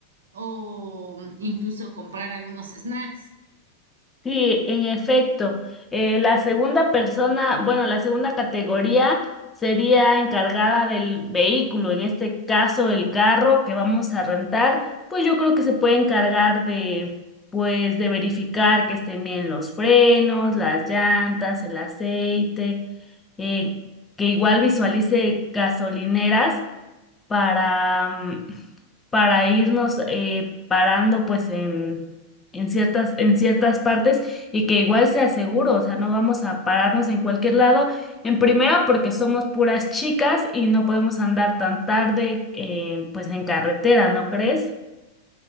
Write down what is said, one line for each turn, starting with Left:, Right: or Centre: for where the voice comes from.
Right: o mm, incluso comprar algunos snacks.
Left: Sí, en efecto. Eh, la segunda persona, bueno, la segunda categoría sería encargada del vehículo, en este caso el carro que vamos a rentar, pues yo creo que se puede encargar de, pues, de verificar que estén bien los frenos, las llantas, el aceite, eh, que igual visualice gasolineras para, mm, para irnos eh, parando pues en, en ciertas, en ciertas partes y que igual sea seguro, o sea, no vamos a pararnos en cualquier lado. En primera, porque somos puras chicas y no podemos andar tan tarde eh, pues en carretera, ¿no crees?